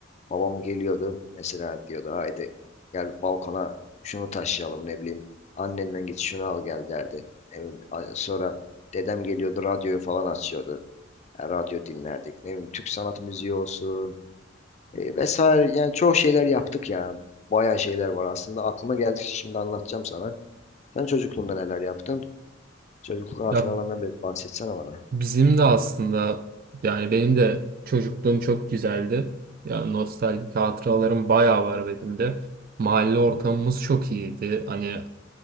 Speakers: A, on the left; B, on the right.
A: Babam geliyordu mesela diyordu haydi gel balkona şunu taşıyalım ne bileyim annenden git şunu al gel derdi. Ne bileyim, a- sonra dedem geliyordu radyoyu falan açıyordu. E, radyo dinlerdik ne bileyim Türk sanat müziği olsun e, vesaire yani çok şeyler yaptık ya. Bayağı şeyler var aslında aklıma geldikçe şimdi anlatacağım sana. Sen çocukluğunda neler yaptın? Çocukluk hatıralarından
B: Ya
A: biraz bahsetsene bana.
B: bizim de aslında yani benim de çocukluğum çok güzeldi. Ya nostaljik hatıralarım bayağı var benim de. Mahalle ortamımız çok iyiydi. Hani